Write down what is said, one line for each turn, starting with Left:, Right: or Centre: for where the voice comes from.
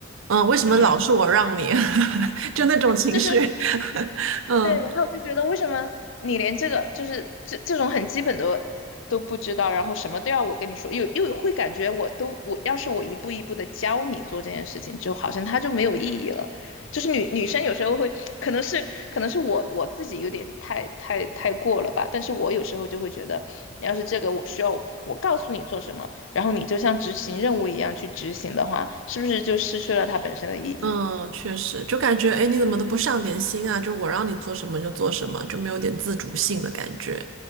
Right: 嗯，为什么老是我让你？
Left: 嗯，
Right: <laughs> 就那种情绪，
Left: 就是
Right: <laughs> 嗯
Left: 对，然后就觉得为什么你连这个就是这这种很基本的都不知道，然后什么都要我跟你说，又又会感觉我都我要是我一步一步的教你做这件事情，就好像它就没有意义了。就是女女生有时候会，可能是可能是我我自己有点太太太过了吧，但是我有时候就会觉得，你要是这个我需要我告诉你做什么，然后你就像执行任务一样去执行的话，是不是就失去了它本身的意义？
Right: 嗯，确实，就感觉哎，诶你怎么都不上点心啊？就我让你做什么就做什么，就没有点自主性的感觉。